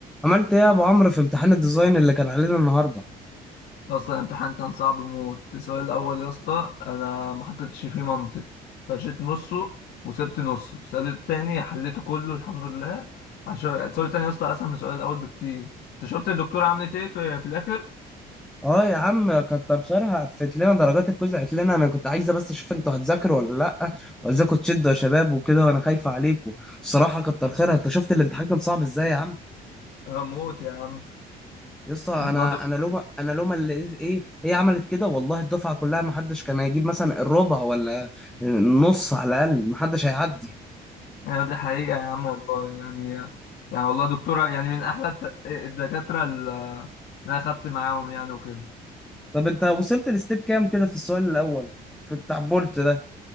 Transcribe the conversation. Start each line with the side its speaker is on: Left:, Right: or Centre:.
Centre: عملت ايه يا ابو عمرو في امتحان الديزاين اللي كان علينا النهارده
Left: يا اسطى الامتحان كان صعب موت السؤال الاول يا اسطى انا ما حطيتش فيه منطق خشيت نصه وسبت نصه السؤال التاني حليته كله الحمد لله عشان السؤال التاني يا اسطى اسهل من السؤال الاول بكتير انت شفت الدكتوره عملت ايه في, في الاخر
Centre: اه يا عم كتر خيرها قفلت لنا درجات الكويز قالت لنا انا كنت عايزه بس اشوف انتوا هتذاكروا ولا لا وعايزاكم تشدوا يا شباب وكده وانا خايفه عليكم الصراحه كتر خيرها انت شفت الامتحان كان صعب ازاي يا عم
Left: اه موت يا عم
Centre: يا اسطى
Left: والله
Centre: انا
Left: دكتور
Centre: انا لومه انا لومه اللي ايه هي عملت كده والله الدفعه كلها ما حدش كان هيجيب مثلا الربع ولا النص على الاقل ما حدش هيعدي
Left: يعني دي حقيقه يا عم والله يعني يعني والله دكتوره يعني من احلى الت- الدكاتره اللي انا خدت معاهم يعني وكده
Centre: طب انت وصلت لستيب كام كده في السؤال الاول في بتاع بولت ده